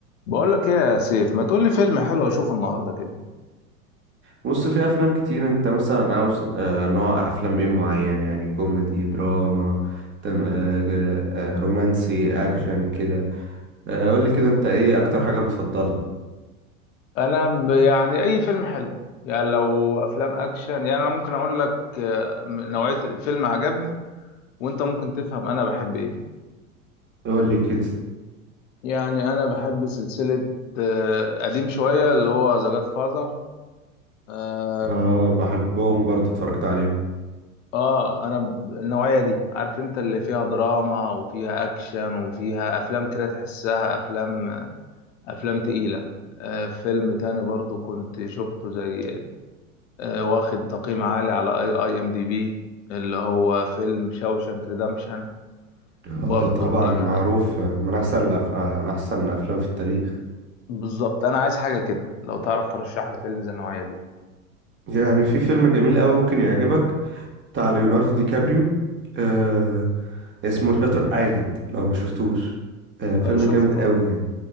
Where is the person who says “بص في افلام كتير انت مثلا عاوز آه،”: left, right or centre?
Right